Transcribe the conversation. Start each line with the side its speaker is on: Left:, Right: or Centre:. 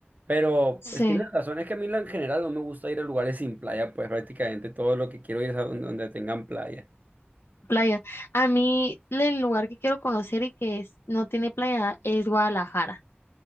Right: Pero,
Left: Sí.
Right: pues tienes razón, es que a mí en general no me gusta ir a lugares sin playa, pues prácticamente todo lo que quiero ir es a donde donde tengan playa.
Left: Playa. A mí, el lugar que quiero conocer y que es- no tiene playa es Guadalajara.